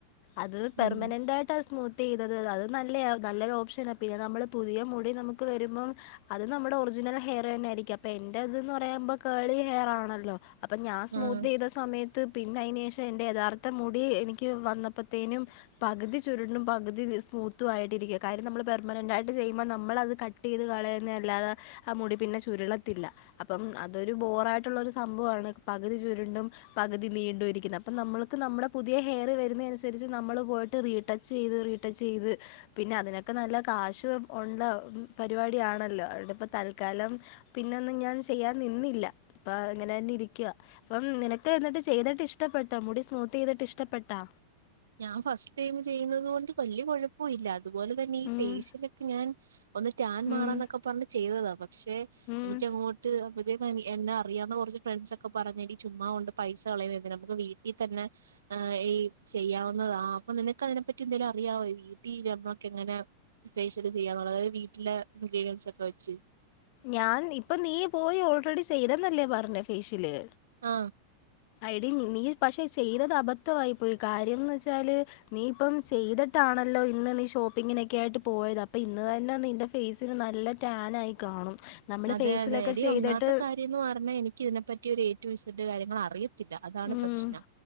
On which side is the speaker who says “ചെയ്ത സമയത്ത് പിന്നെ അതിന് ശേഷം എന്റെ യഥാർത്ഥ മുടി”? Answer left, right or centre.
Left